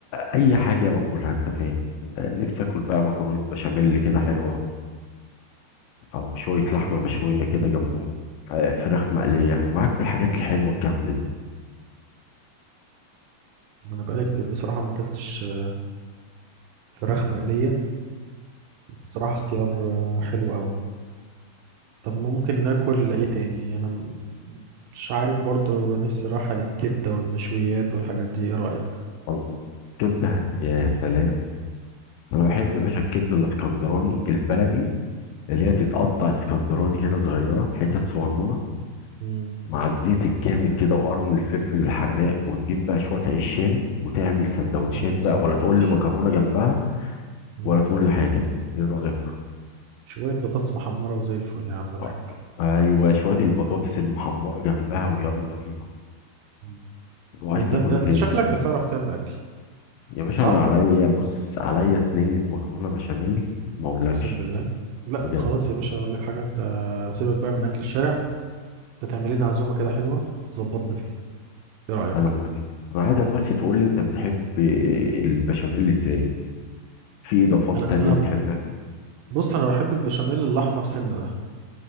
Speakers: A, on the left; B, on the right.
A: اي حاجه باكلها انت فاهم نفسي اكل بقى مكرونه بشاميل كده حلوه او شويه لحمه
B: مم.
A: مشويه كده جنبهم آه، فراخ مقليه معاك في الحاجات الحلوه الجامده دي
B: انا بقالي كتير بصراحة ما اكلتش آه، فراخ مقلية بصراحة اختيار آه، حلو قوي طب ممكن ناكل ايه تاني انا م- مش عارف برضو نفسي راحة للكبدة والمشويات والحاجات دي ايه رأيك
A: الله كبده يا سلام انا بحب يا باشا الكبده الاسكندراني البلدي اللي هي تتقطع اسكندراني كده صغيره حتت صغنونه
B: مم.
A: مع الزيت الجامد كده وقرن الفلفل الحراق وتجيب بقى شوية عيش شامي وتعمل سندوتشات
B: اللهم
A: بقى
B: صل
A: ولا
B: على
A: تقول
B: النبي
A: لي مكرونة جنبها
B: مم.
A: ولا تقول لي حاجة ايه رأيك
B: شوية بطاطس محمرة وزي الفل يا عم الحاج
A: آه، آه، ايوه شوية البطاطس المحمرة جنبها ويلا بينا
B: مم.
A: وعايز
B: طب انت
A: تاكل
B: انت انت
A: ايه تاني
B: شكلك بتعرف تعمل اكل
A: يا باشا
B: صح
A: انا عليا بص عليا صينية مكرونة بشاميل ما اقولكش
B: اقسم بالله لا
A: بجد
B: خلاص يا باشا اقول لك حاجه انت سيبك بقى من اكل الشارع انت تعمل لنا عزومه كده حلوه وتظبطنا فيها ايه رايك
A: انا موافق انا عايزك بس تقول لي انت بتحب آه، البشاميل ازاي في اضافات
B: انا
A: تانية
B: انا
A: بتحبها فيه
B: بص انا بحب البشاميل الاحمر سنه ده